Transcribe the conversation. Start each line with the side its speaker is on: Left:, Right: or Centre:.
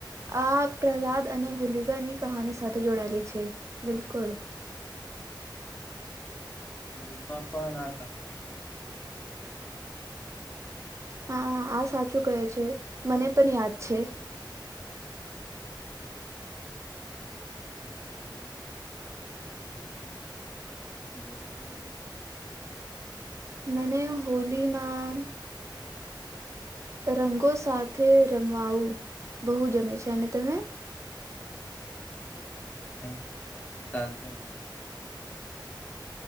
Right: આ પ્રહલાદ અને હોલીગા ની કહાની સાથે જોડાયેલી છે બિલકુલ.
Left: સ્કૂલ માં પણ આ કહાની શીખવેદી હતી.
Right: હા આ સાચું કહે છે મને પણ યાદ છે. <inaudible>
Left: હમ તને હોલી માં કઈ વસ્તુ સુધી ગોધુ ગમે છે.
Right: મને હોલીમાં અ રંગો સાથે રમવાવું બહુ જમે છે, અને તમે?
Left: મને ફ્રેન્ડ સાથે મસ્તી કરવી ગમે છે.